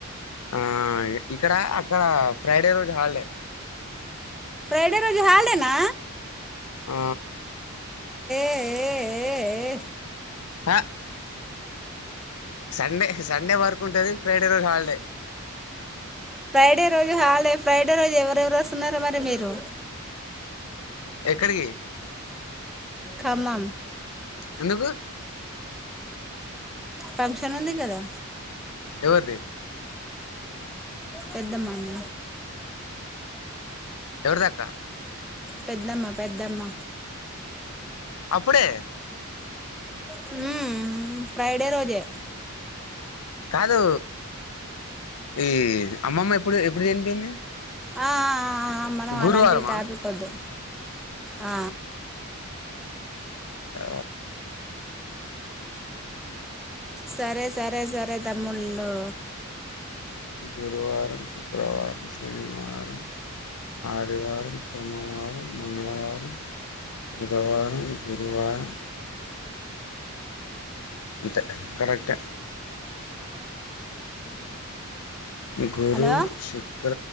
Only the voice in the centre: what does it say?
ఫ్రైడే రోజు హాలిడే నా
ఏ ఏ ఏ
ఫ్రైడే రోజు హాలీడే ఫ్రైడే రోజు ఎవరెవరు వస్తున్నారు మరి మీరు
ఖమ్మం
పంక్షన్ ఉంది కదా
పెద్దమ్మ అన్న
పెద్దమ్మ పెద్దమ్మ
హు మ్ ఫ్రైడే రోజే
ఆ మనం
అలాంటి టాపిక్ వద్దు ఆ
సరే సరే సరే తమ్ముళ్ళు
హలో